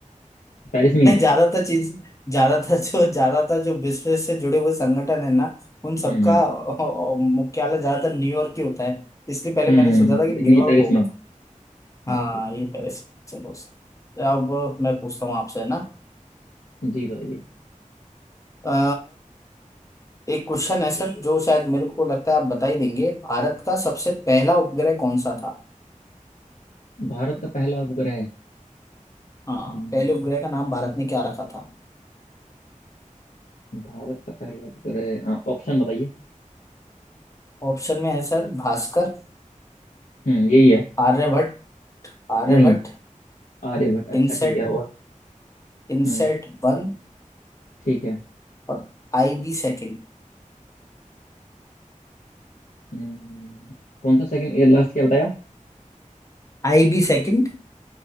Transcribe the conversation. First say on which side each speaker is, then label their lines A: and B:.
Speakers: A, on the left; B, on the left.
A: पेरिस में
B: नहीं
A: ही है इसका
B: ज्यादातर चीज ज्यादातर जो ज्यादातर जो बिजनेस से जुड़े हुए संगठन है ना उन सबका
A: हम्म
B: अ, अ, मुख्यालय ज्यादातर न्यूयॉर्क ही होता है इसलिए पहले
A: हम्म
B: मैंने
A: हम्म,
B: सोचा था कि
A: लेकिन
B: न्यूयॉर्क
A: ये पेरिस
B: होगा
A: में है अच्छा
B: हाँ
A: अच्छा
B: ये पेरिस में। चलो सर अब मैं पूछता हूँ आपसे है ना
A: जी बताइए
B: अ, एक क्वेश्चन है सर जो शायद मेरे को लगता है आप बता ही देंगे भारत का सबसे पहला उपग्रह कौन सा था
A: भारत का पहला उपग्रह
B: हाँ
A: हम्म,
B: पहले उपग्रह का नाम भारत ने क्या रखा था
A: भारत का पहला उपग्रह हाँ, ऑप्शन बताइए
B: ऑप्शन में है sir Bhaskar
A: हम्म यही है
B: Aryabhata Aryabhata
A: नहीं आर्यभट्ट अच्छा
B: INSAT
A: ठीक है और
B: INSAT
A: हम्म
B: one
A: ठीक है
B: और IB second
A: हम्म, कौन सा सेकंड एयर लास्ट क्या बताया
B: IB second